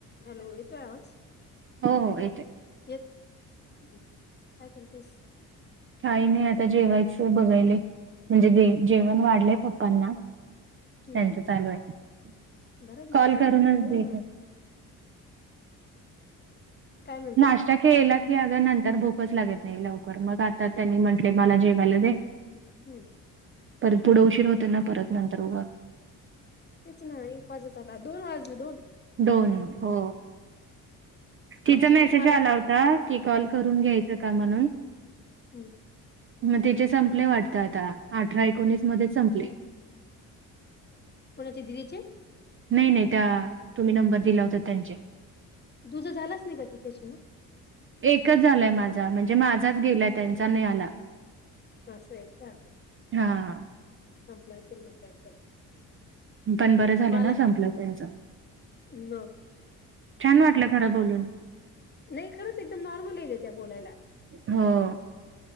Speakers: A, on the left; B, on the right.
A: Hello येेतोय आवाज
B: हो हो येतोय
A: येत काय करतेस
B: काही नाही आता जेवायचं बघायले म्हणजे जेवण वाढलेय फक्त पप्पांना
A: हम्म
B: त्यांच
A: हम्म
B: चालू आहे
A: बराच
B: कॉल
A: लेट झाला
B: करूनच
A: का दोन
B: भट
A: वाज काय म्हणते
B: नाश्ता केला की अगं नंतर भूकच लागत नाही लवकर मग आता त्यांनी म्हटले मला जेवायला दे. <inaudible>
A: हम्म
B: परत पुढे उशीर होते ना परत नंतर उघ
A: तेच ना एक वाजत ला दोन वाजले दोन
B: दोन हो तिचा
A: आमची बी
B: मेसेज
A: मला
B: आला होता की कॉल करून घ्याय घ्यायचं का म्हणून
A: हम्म
B: मग तिचे संपले वाटत आता अठरा एकोणीस मध्येच संपले.
A: कोणाचे दिदीचे
B: नाही नाही त्या तुम्ही नंबर दिला होता त्यांचे.
A: तुझं झालाच नाही का तिच्याशी मग
B: एकच झालाय माझा म्हणजे माझाच गेलाय त्यांचा नाही आला.
A: असं आहे का
B: हा
A: संपलं असेल मग त्याच
B: पण बरं झालं
A: मला
B: ना संपलं त्यांच
A: मग
B: छान वाटलं खरं बोलून.
A: नाय खरंच एकदम नॉर्मल आय गं त्या बोलायला.
B: हो.